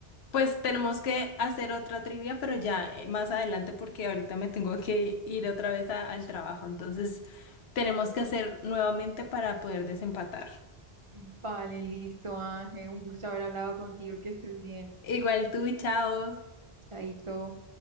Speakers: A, on the left; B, on the right.
A: Pues tenemos que hacer otra trivia, pero ya eh, más adelante porque ahorita me tengo que ir otra vez a- al trabajo. Entonces tenemos que hacer nuevamente para poder desempatar.
B: Vale, listo, Ángel. Un gusto haber hablado contigo. Que estés bien.
A: Igual tú, chao.
B: Chaito.